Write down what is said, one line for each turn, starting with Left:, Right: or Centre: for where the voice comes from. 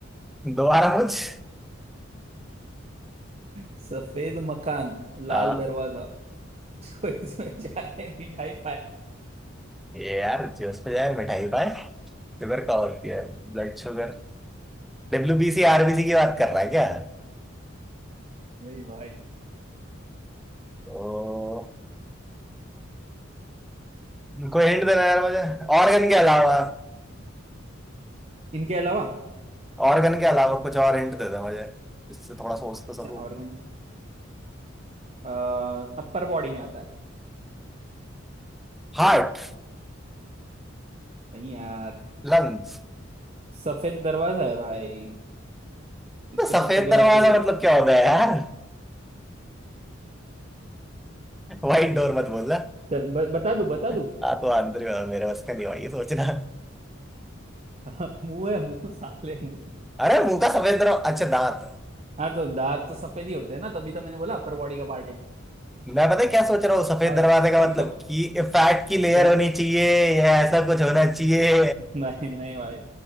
Centre: दोबारा पूछ
Right: सफेद मकान लाल
Centre: हाँ
Right: दरवाजा जो इसमें जाए मिठाई पाए
Centre: ये यार जो उस पे जाए मिठाई पाए शुगर का होती है ब्लड शुगर डब्ल्यू आरबीसी की बात कर रहा है क्या
Right: नहीं भाई
Centre: तो कोई हिंट देना यार मुझे ऑर्गन के अलावा
Right: इनके अलावा
Centre: ऑर्गन के अलावा कुछ और हिंट दे दे मुझे जिससे थोड़ा सोच तो
Right: अच्छा
Centre: सकूं
Right: ऑर्गन अपर बॉडी में आता है
Centre: हार्ट
Right: नहीं यार
Centre: लंग्स
Right: सफेद दरवाजा है भाई इसको
Centre: सफेद
Right: तू खोलेगा
Centre: दरवाजा
Right: तो
Centre: मतलब क्या होता है यार वाइट डोर मत बोलना
Right: चल ब, बता दू बता दू
Centre: हाँ तो आंतरिक मेरे बस का नहीं हुआ ये सोचना
Right: हाँ, मुंह है मुंह साले मुंह
Centre: अरे मुंह का सफेद दरवाजा अच्छा दांत
Right: हाँ तो दांत तो सफेद ही होते हैं ना तभी तो मैंने बोला अपर बॉडी का पार्ट है
Centre: मैं पता है क्या सोच रहा हूँ सफेद
Right: और
Centre: दरवाजे का
Right: टंग
Centre: मतलब
Right: तो
Centre: कि फैट की लेयर
Right: क्या
Centre: होनी चाहिए या ऐसा कुछ होना चाहिए
Right: <laughs> नहीं नहीं भाई